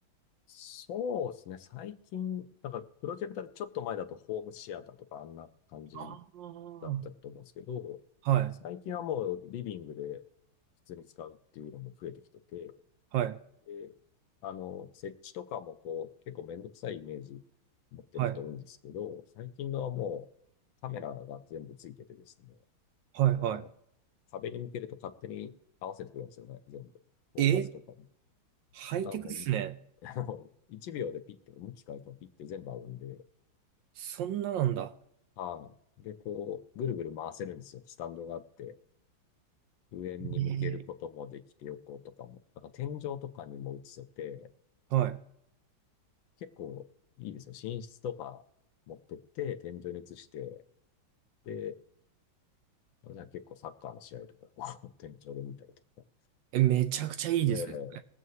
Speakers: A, on the left; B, on the right.
A: そうですね。最近、なんか、プロジェクターでちょっと前だとホームシアターとかあんな感じ
B: ああー、
A: だったと思うんですけど、
B: はい、
A: 最近はもうリビングで普通に使うっていうのも増えてきてて、
B: はい、
A: で、あの、設置とかもこう、結構めんどくさいイメージ持ってる人多いんですけど、
B: はい、
A: 最近のはもうカメラが全部ついててですね、
B: はい、は
A: あの、壁に向けると勝手に合わせてくれるんですよね、全部。フォーカスとかも。
B: い。え、ハイテクっすね。
A: がもうい、<laughs> あの、1秒でピッて、向き変えてもピッて全部合うんで、
B: そんななんだ。
A: はい。で、こう、ぐるぐる回せるんですよ。スタンドがあって、上に向けることもできて、
B: えー
A: 横とかも。だから天井とかにも映せて、
B: はい。
A: 結構いいですよ。寝室とか持ってって、天井に映して、で、じゃあ結構サッカーの試合とか、<laughs> こう天井で見たりとか、
B: え、めちゃくちゃいいですね。
A: ええ